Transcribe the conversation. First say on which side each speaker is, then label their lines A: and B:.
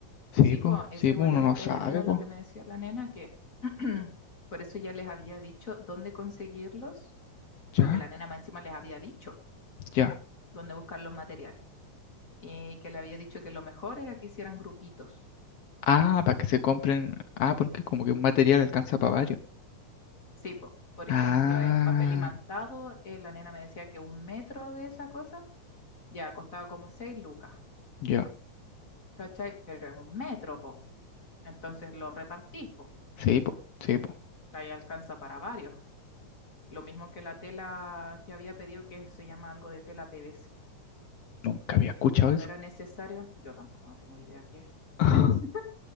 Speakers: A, on the left; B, on the left.
A: Sí,
B: Sí,
A: pues,
B: pues ese
A: sí,
B: igual
A: pues, uno
B: e-
A: no
B: e-
A: sabe,
B: era lo
A: pues,
B: que me decía la nena, que <clears throat> por eso ya les había dicho dónde conseguirlos, porque
A: ya,
B: la nena más encima les había dicho
A: ya.
B: dónde buscar los materiales y que le había dicho que lo mejor era que hicieran grupitos.
A: Ah, para que se compren, ah, porque como que un material alcanza para varios.
B: Sí, pues, por
A: Ah,
B: ejemplo, el papel imantado, eh, la nena me decía que un metro de esa cosa ya costaba como seis lucas,
A: ya.
B: ¿cachai? Pero es un metro, po. Entonces lo repartís, po.
A: Sí, pues, sí, pues.
B: Ahí alcanza para varios. Lo mismo que la tela que había pedido, que se llama algo de tela PVC
A: Nunca había escuchado eso.
B: no era necesario, yo tampoco no tengo idea qué
A: <laughs>
B: es.